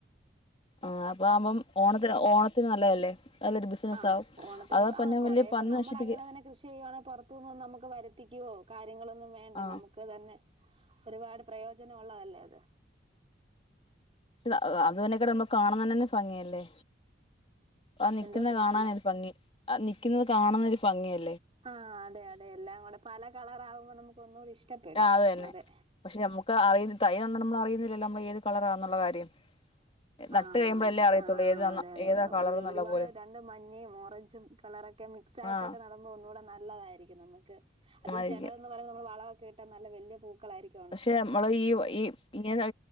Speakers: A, on the left; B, on the right.
A: ആഹ് അപ്പ ആവുമ്പം ഓണത്തിന് ഓണത്തിന് നല്ലതല്ലേ. നല്ലൊരു ബിസിനസ്സാവും
B: ആഹ് ഓണത്തിന്
A: അതേപോലെ
B: ആഹ് കൊറേക്കെ
A: വലിയ പന്നി
B: നമ്മള്
A: നശിപ്പിക്കുക
B: അങ്ങനെ അങ്ങനെ കൃഷി ചെയ്യുവാണെ പൊറത്തു നിന്നു വന്ന നമ്മക്ക് വരുത്തി ക്കിയോ കാര്യങ്ങളൊന്നും വേണ്ട
A: ആ
B: നമുക്ക് ക്ക തന്നെ ഒരുപാട് പ്രയോജനം ഒള്ളതല്ലേ അത്.
A: ട്ട്താ അത് അത് തന്നെക്കെട് നമ്മക്ക് കാണ്ന്ന തന്നെന്നെ ഭംഗിയല്ലേ അത് നിക്കുന്നത്
B: എന്തോ കേട്ടില്ല
A: കാണാൻ ഒരു ഭംഗി അ നിക്കുന്നത് കാണുന്ന ഒരു ഭംഗിയെ
B: ആഹ് അതെ അതെ എല്ലാം കൂടെ പല കളർ ആകുമ്പൊ നമുക്ക് ഒന്നൂടി ഇഷ്ടപ്പെടും.
A: ആ അത് തന്നെ
B: അതെ
A: പക്ഷെ നമ്മുക്ക് അറിയ് തൈ കണ്ടിട്ട് നമ്മള് അറിയുന്നില്ലല്ലോ നമ്മള് ഏത് കളറാന്നുള്ള കാര്യം. നട്ട്
B: ആഹ്
A: കഴിയുമ്പോഴല്ലേ
B: അതെ
A: അറിയത്തുള്ളൂ
B: ആഹ് ആഹ്
A: ഏതാ
B: ആഹ് അതെ അതെ
A: ഏതാ കളർന്നുള്ള
B: ഒരു ഒരുപാട്
A: പോലും
B: രണ്ട് മഞ്ഞയും ഓറഞ്ചും കളറൊക്കെ മിക് സായിട്ടൊക്കെ
A: ആഹ്
B: നടും മ്പോ ഒന്നൂടെ നല്ലതായിരിക്കും നമ്മ്ക്ക് അതും
A: ആയിരിക്കും
B: ചെറ്തെന്ന് പറയുമ്പ നമ്മള് വളമൊക്കെ ഇട്ടാ നല്ല വല്യ പൂക്കളാരിക്കും
A: പക്ഷെ നമ്മള് ഈ ഈ ഇങ്ങനെ